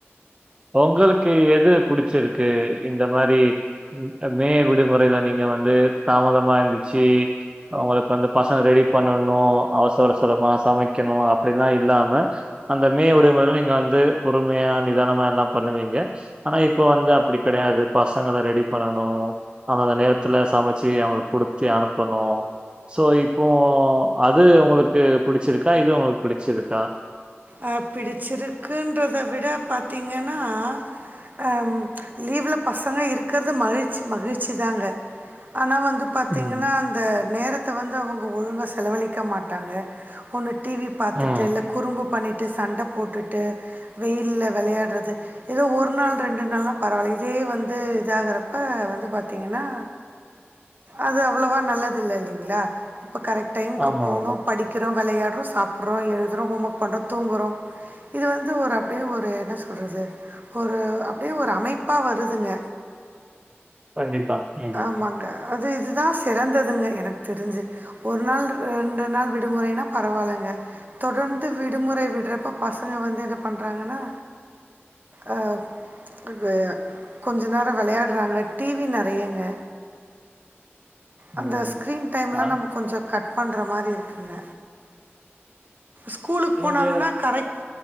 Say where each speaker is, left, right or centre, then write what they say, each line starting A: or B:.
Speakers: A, on the right (about 25°); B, on the right (about 45°).
A: உங்களுக்கு எது பிடிச்சிருக்கு இந்த மாரி மே விடுமுறையில நீங்க வந்து தாமதமா எழுந்துருச்சு உங்களுக்கு வந்து பசங்க ரெடி பண்ணணு அவசர அவசரமா சமைக்கணு அப்டிலாஇல்லாம அந்த மே விடுமுறைல நீங்க வந்து பொறுமையா நிதானமா எல்லா பண்ணுவீங்க ஆனா இப்ப வந்து அப்டி கெடையாது பசங்கள ரெடி பண்ணணு அந்தந்த நேரத்துல சமைச்சு அவுங்களுக்கு குடுத்தி அனுப்பணு சோ இப்போ அது உங்களுக்கு பிடிச்சிருக்கா இது உங்களுக்கு பிடிச்சிருக்கா
B: அ பிடிச்சிருக்குன்றத விட பாத்தீங்கன்னா ஆ லீவ்ல பசங்க இருக்கறது மகிழ்ச்சி மகிழ்ச்சிதாங்க ஆனா வந்து பாத்தீங்கன்னா
A: ம்.
B: அந்த நேரத்தை வந்து அவுங்க ஒழுங்காக செலவழிக்க மாட்டாங்க ஒன்னு டி வி பாத்துட்டு
A: ம்.
B: இல்ல குறும்பு பண்ணிட்டு சண்ட போட்டுட்டு வெயில விளையாடுறது ஏதோ ஒரு நாள் ரெண்டு நாள்ல்லா பரவாயில்ல இதே வந்து இதாகறப்ப வந்து பாத்தீங்கன்னா அது அவ்ளவா நல்லது இல்ல இல்லைங்களா இப்ப கரெக்ட் டைமுக்கு
A: ஆமா,
B: போனோ
A: ஆமா.
B: படிக்கிறோ விளயாடுரோ சாப்ட்றோ எழுதுறோ ஹோம் ஒர்க் பண்ணுறோ தூங்குறோ இது வந்து ஒரு அப்டியே ஒரு என்ன சொல்றது ஒரு அப்டியே ஒரு அமைப்பா வருதுங்க
A: கண்டிப்பா ம்.
B: ஆமாங்க அது இதுதா சிறந்ததுங்க எனக்கு தெரிஞ்சு ஒரு நாள் ரெண்டு நாள் விடுமுறைனா பரவாயில்லங்க தொடர்ந்து விடுமுறை விடுறப்ப பசங்க வந்து என்ன பண்றாங்கன்னா அ இது கொஞ்ச நேரோ விளையாடுறாங்க டி வி நெ றையங்க அந்த
A: ம்.
B: ஸ்கிரீன் டைம்லா
A: ஆ.
B: நம்ம கொஞ்சோ கட் பண்ணுற மாரி இருக்குங்க ஸ்கூலுக்கு போனாங்கன்னா
A: இங்க
B: கரெக்ட்